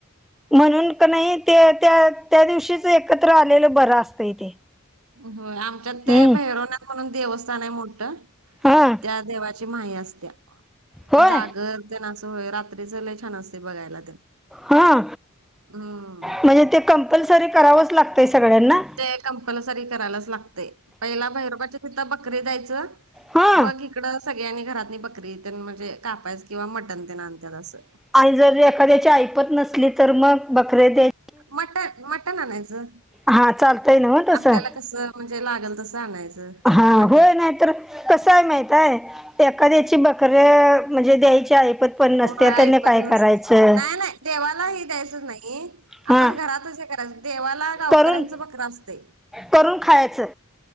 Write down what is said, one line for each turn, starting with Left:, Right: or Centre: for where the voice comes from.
Centre: म्हणून क नाय ते -त्या त्या दिवशीच एकत्र आलेलं बरं असतंय ते.
Right: होय आमच्यात ते
Centre: हम्म
Right: भैरवनाथ म्हणून देवस्थान आय मोठ,
Centre: हा
Right: त्या देवा ची म्हाया असत्या
Centre: होय
Right: जागर तेन अस होय रात्रीच लय छान असतय बघायला तेन.
Centre: हा
Right: हम्म.
Centre: म्हणजे ते कंपल्सरी करावंच लागतंय सगळ्यांना?
Right: ते कंपलसरी करायलाच लागतंय पहिला भैरोबाच्या तिथ बकरी द्यायचं.
Centre: हा
Right: मग हिकडं सगळ्यांनी घरातनी बकरी तेन म्हणजे कापायच किंवा मटण ते आणत्यात असं.
Centre: आणि जर एखाद्याची ऐपत नसली तर मग बकरे दे
Right: मटण मटण आणायचं
Centre: हा चालतंय ना मग तसं
Right: आपल्याला कस म्हणजे लागल तसं आणायचं.
Centre: हा
Right: मटण.
Centre: होय नाय तर कसं आय माहित आय एखाद्याची बकर म्हणजे द्यायची ऐपत पण नसते
Right: हो ऐपत
Centre: त्याने काय
Right: नसत्या,
Centre: करायचं
Right: नाय नाय देवाला हे द्यायचंच नाय.
Centre: हा
Right: आपण घरातच हे करायचं देवाला गावकऱ्यांचं
Centre: करून
Right: बकर असतय.
Centre: करून खायाचं.